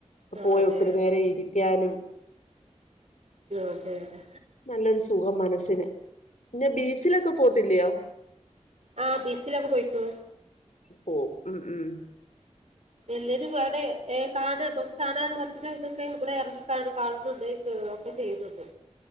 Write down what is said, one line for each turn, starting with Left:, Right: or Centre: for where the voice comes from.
Right: ആഹ്
Left: പോയി
Right: അതെ
Left: ഒത്തിരി
Right: അതെ
Left: നേരം ഇരിക്കാനും
Right: ആഹ് അതെ അതെ
Left: നല്ലൊരു സുഖം മനസ്സിന് പിന്നെ ബീച്ചിലൊക്കെ പോത്തില്ലിയോ
Right: ആഹ് ബീച്ചിലൊക്കെ പോയിക്കോ
Left: പോവും ഉം ഉം
Right: എല്ലാരും അവിടെ ഏഹ് കാണാൻ നമുക്ക് കാണാൻ കുറച്ച് ഇതൊക്കെ നമ്മള് ഇറങ്ങി കാണു കാണുന്നുണ്ട് കേ ഇതൊക്കെ ചെയ്തത്